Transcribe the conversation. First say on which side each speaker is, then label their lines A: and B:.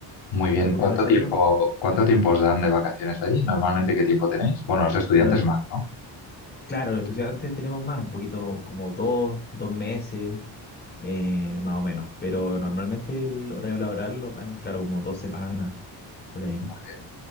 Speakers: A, on the left; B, on the left.
A: Muy bien.
B: ¿Me recomiendas
A: ¿Cuánto tiempo,
B: algo?
A: cuánto tiempo os dan de vacaciones ahí? Normalmente, ¿qué tiempo tenéis? Bueno, los estudiantes
B: No,
A: más, ¿no?
B: Claro, los estudiantes tenemos más, un poquito como dos, dos meses, eh, más o menos, pero normalmente el horario laboral lo dan, claro, como dos semanas por ahí.
A: Muy bien.